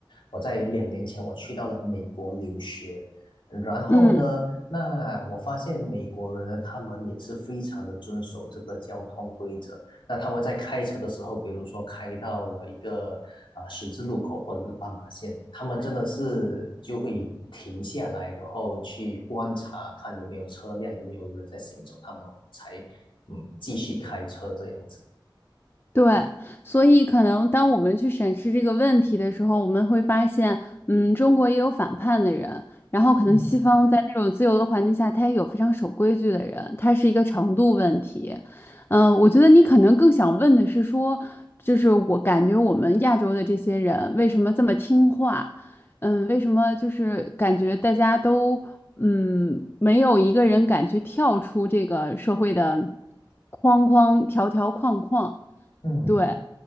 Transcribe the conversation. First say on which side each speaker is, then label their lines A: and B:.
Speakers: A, on the left (about 75°); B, on the left (about 25°).
A: 我在两年前我去到了美国留学，然后呢，
B: 嗯，
A: 那我发现美国人呢，他们也是非常的遵守这个交通规则。那他们在开车的时候，比如说开到了一个啊、十字路口或者是斑马线，他们真的是就会停下来，然后去观察看有没有车辆，有没有人在行走，他们才嗯继续开车这样子。
B: 对，所以可能当我们去审视这个问题的时候，我们会发现，嗯，中国也有反叛的人，然后可能西方在那种自由的环境下，
A: 嗯
B: 他也有非常守规矩的人，他是一个程度问题。嗯，我觉得你可能更想问的是说，就是我感觉我们亚洲的这些人为什么这么听话？嗯，为什么就是感觉大家都嗯没有一个人敢去跳出这个社会的框框条条框框？
A: 嗯，
B: 对，